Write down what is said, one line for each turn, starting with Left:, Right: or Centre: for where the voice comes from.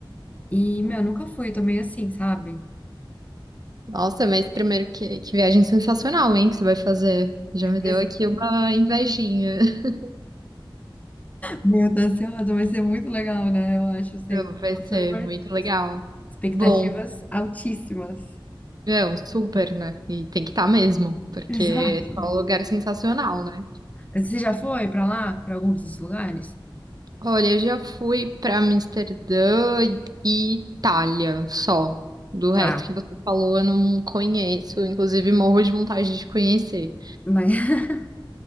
Left: E, meu, eu nunca fui, eu tô meio assim, sabe?
Right: Nossa, mas primeiro que, que viagem sensacional, hein, que você vai fazer. Já me deu
Left: Mas,
Right: aqui uma invejinha. <laughs>
Left: meu, eu tô ansiosa, vai ser muito legal, né? Eu acho, assim,
Right: Não, vai
Left: tô
Right: ser
Left: super...
Right: muito legal.
Left: Expectativas
Right: Bom,
Left: altíssimas.
Right: meu, super, né? E tem que estar mesmo, porque
Left: Exato.
Right: é só um lugar sensacional, né?
Left: Você já foi pra lá, pra algum dos lugares?
Right: Olha, eu já fui para Amsterdã e e Itália só. Do resto
Left: Tá,
Right: que você falou, eu não conheço. Inclusive, morro de vontade de conhecer.
Left: mas <laughs>